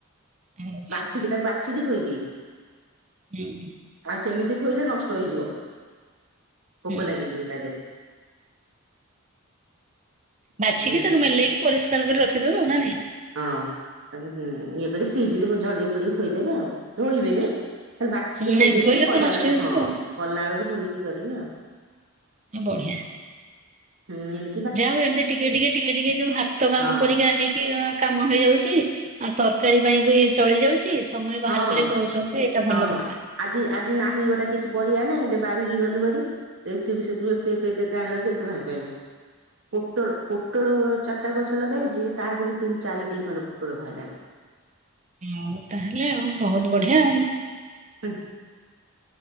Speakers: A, on the right; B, on the right.
A: ଆଚ୍ଛା
B: ବାଛି କି ତାକୁ ବାଛି କି ଧୋଇବେ
A: ହୁଁ।
B: ଆ ସେମିତି ଥୋଇଲେ ନଷ୍ଟ ହେଇଯିବ ପୋକ
A: ହୁଁ।
B: ଲାଗିଯିବେ ତା ଦେହରେ।
A: ବାଛିକି
B: ଆଉ ଏମିତି
A: ତାକୁ ମେଲେଇକି ପରିଷ୍କାର କରି ରଖିଦବ ଆଉ ନା ନାଇଁ?
B: ହଁ ତାକୁ ଇଏ କରି ଫ୍ରିଜରେ ଜରିରେ ପୁରେଇକି ଥୋଇଦେବେ ଆଉ ଧୋଇବେନି କାଲି ବାଛିକି
A: ନାଇଁ
B: ଥୋଇ ଦେଇଥିବା
A: ଧୋଇଲେ
B: କଲାବେଳକୁ
A: ତ ନଷ୍ଟ ହେଇଯିବ
B: ହଁ
A: ଆଉ।
B: କଲା ବେଳକୁ ଧୋଇକି କରିବେ ଆଉ।
A: ଏଁ ବଢିଆ।
B: ହୁଁ ନିନ୍
A: ଯାାଉ ଏମିତି ଟିକେ ଟିକେ ଟିକେ ଟିକେ ଯୋଉ ହାତ କାମ
B: ହଁ
A: ପରିକା ହେଇକି କାମ ହେଇ ଯାଉଛି ଆଉ ତରକାରୀ ପାଇଁ ବି ଚଳି ଯାଉ ଛି, ସମୟ ବାହାର
B: ହଁ
A: କରିି କରୁଛନ୍ତି, ଏଇଟା
B: ହଁ।
A: ଭଲ କଥା!
B: ଆଜି ଆଜି ନାହିଁ ଗୋଟେ କିଛି ପରିବା ନାଇଁ ଦେ ବାରିକି ଗଲୁ ଭାରି। ଏତେ ବି ସେଥିରୁ ଏତେ ଏତେ ଏତେତେ ଆାଣିଲାକୁ ଏତେ ବାହାରି ପଇଲା। ପୋଟଳ ପୁଟଳ ଚାଟା ଗଛ ଲଗେଇଛି ତା ଦେହରୁ ତିନି ଚାରି କିଲି ଖଣ୍ଡେ ପୁଟଳ ବାହାରିଲାଣି।
A: ଆଉ ତାହେଲେ ଆଉ ବହୁତ ବଢିଆ ଆଉ।
B: ହେ।